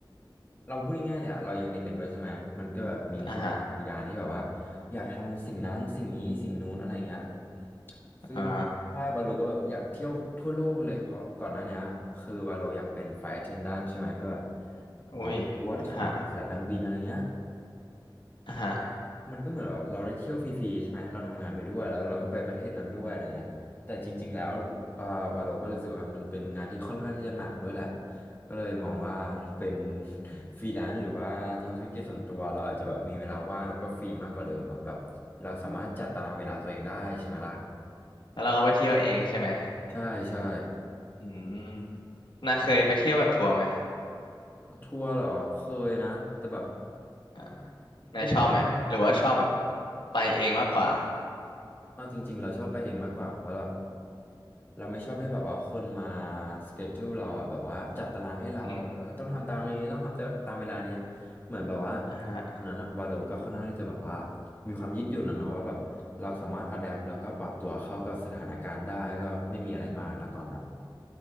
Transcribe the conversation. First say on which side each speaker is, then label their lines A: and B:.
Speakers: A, on the left; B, on the left.
A: เราพูดง่ายๆเลยอะเรายังเด็กกันด้วยใช่ไหมมันก็แบบมีความทะยานที่แบบว่า
B: อ่าฮะ
A: อยากทำสิ่งนั้นสิ่งนี้สิ่งนู้นอะไรเงี้ยซึ่งใช่วาโลก็แบบอยากเที่ยวทั่วโลกเลยเพราะก่อนหน้านี้คือวาโลอยากเป็นไฟท์เทนดันใช่ไหมก็แบบ
B: อ่าอุ้ยอ่าฮะ
A: อ่าสจ๊วตของสายการบินอะไรเงี้ย
B: อ่าฮะ
A: มันก็เหมือนแบบเราได้เที่ยวฟรีๆใช่ไหมเราทำงานไปด้วยแล้วเราก็ไปประเทศนั้นด้วยอะไรเงี้ยแต่จริงๆแล้วเอ่อวาโลก็รู้สึกว่ามันเป็นงานที่ค่อนข้างที่จะหนักด้วยแหละก็เลยมองว่าเป็น <laughs> ฟรีแลนซ์หรือว่าทำธุรกิจส่วนตัวเราอาจจะแบบมีเวลาว่างแล้วก็ฟรีมากกว่าเดิมอ่ะแบบเราสามารถจัดตารางเวลาตัวเองได้ใช่ไหมล่ะ
B: แล้วเราก็ไปเที่ยวเองใช่ไหม
A: ใช่ใช่
B: อืมน่าเคยไปเที่ยวแบบทัวร์ไหม
A: ทัวร์เหรอเคยนะแต่แบบ
B: อ่านายชอบไหมหรือว่าชอบแบบ
A: เป็นทัวร์ที่
B: ไปเองมากกว่า
A: เอาจริงๆเราชอบไปเองมากกว่าเพราะเราเราไม่ชอบให้แบบว่าคนมาสเกจ u ูเราอ่ะแบบว่าจัดตารางให้เราแล้วก็ต้องทำตามนี้ต้องทำตามเวลาเนี้ยเหมือนแบบว่าตว่าตอนนั้นอะวาโดก็ค่อนข้างที่จะแบบว่า
B: อืมอ่าฮะ
A: มีความยืดหยุ่นอะเนาะว่าแบบเราสามารถอะแดปแล้วก็ปรับตัวเข้ากับสถานการณ์ได้ก็ไม่มีอะไรมากนะตอนนั้น